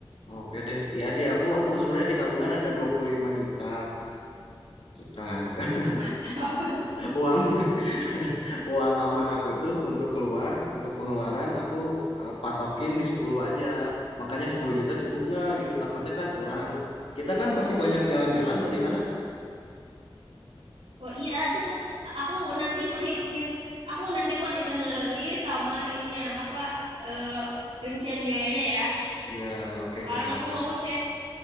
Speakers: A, on the left (about 85°); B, on the right (about 85°).
A: Oke deh. Iya sih aku aku sebenarnya di tabungan ada 25 juta. Nah, <laughs>
B: Mantap. <laughs>
A: uang <laughs> uang aman aku tuh untuk keluar, untuk pengeluaran aku eh, patokin di 10 aja. Makanya 10 juta cukup nggak gitu takutnya kan kurang. Kita kan pasti banyak jalan-jalan
B: Cukup.
A: tuh di sana.
B: Oh iya, cukup. Aku nanti perhitungin. Aku nanti buat itinerary sama ininya apa eh, rincian biayanya ya.
A: Iya, oke
B: Sekarang
A: Kak.
B: aku mau cek